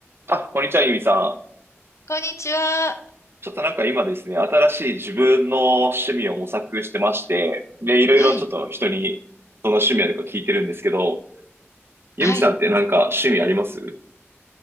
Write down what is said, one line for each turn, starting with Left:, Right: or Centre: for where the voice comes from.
Right: あ、こんにちは、ゆみさん。
Left: こんにちは。
Right: ちょっとなんか今ですね、新しい自分の趣味を模索してまして、で、いろいろちょっと人にどの趣味あるか聞いてるんですけど、
Left: はい。
Right: ゆみさんってなんか趣味あります
Left: はい。